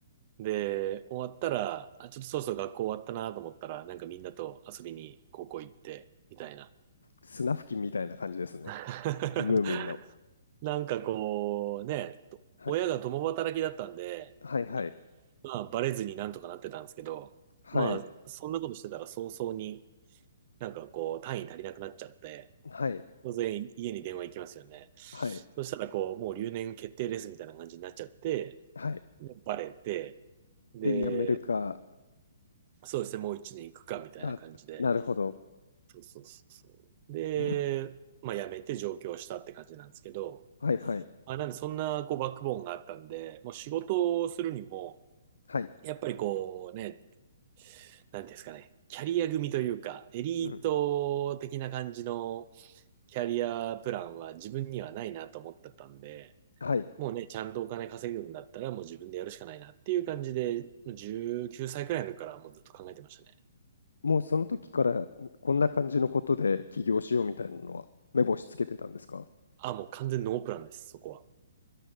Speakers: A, on the right; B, on the left.
A: で、終わったら、あ、ちょっとそろそろ学校終わったなと思ったら、なんかみんなと遊びに高校行って、みたいな。
B: 砂吹きみたいな感じですね。
A: <laughs>
B: ムーミンの。
A: なんかこう、ね、と親が共働きだったんで、
B: はい。はいはい。
A: まあ、バレずになんとかなってたんですけど、
B: はい。
A: まあ、そんなことしてたら早々になんかこう、単位足りなくなっちゃって、
B: はい。
A: 当然家に電話行きますよね。そしたらこう、
B: はい。
A: もう留年決定ですみたいな感じになっちゃって、
B: はい。
A: でバレて、で、
B: で、やめるか
A: そうですね、もう一年行くかみたいな感じで、
B: がなるほど。
A: そうそうそうそう。で、
B: いや、
A: まあ、辞めて上京したって感じなんですけど、
B: はいはい。
A: あ、なんでそんなこうバックボーンがあったんで、もう仕事をするにも、
B: はい。
A: やっぱりこうね、なんていうんですかね、キャリア組というか、エリート的な感じの
B: うん。
A: キャリアプランは自分にはないなと思ってたんで、
B: はい。
A: もうね、ちゃんとお金稼ぐんだったらもう自分でやるしかないなっていう感じで、もう19歳くらいの時からもうずっと考えてましたね。
B: もうその時から、こんな感じのことで起業しようみたいなのは目星つけてたんですか？
A: あ、もう完全ノープランです、そこは。